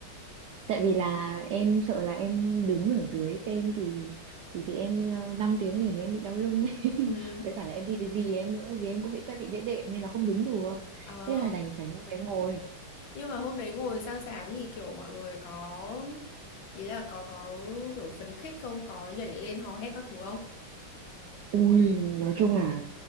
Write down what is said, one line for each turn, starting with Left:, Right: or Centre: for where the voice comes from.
Right: tại vì là em sợ là em đứng ở dưới xem thì thì thì em ờ, 5 tiếng liền em bị đau lưng ấy. <laughs>
Left: Ừ.
Right: với cả là em đi với dì em nữa dì em cũng bị thoát vị đĩa đệm nên là không đứng được
Left: Ờ,
Right: thế là đành phải mua vé ngồi
Left: nhưng mà hôm đấy ngồi sao sáng thì kiểu mọi người có ý là có có kiểu phấn khích không có nhảy lên hò hét các thứ không?
Right: ui nói chung là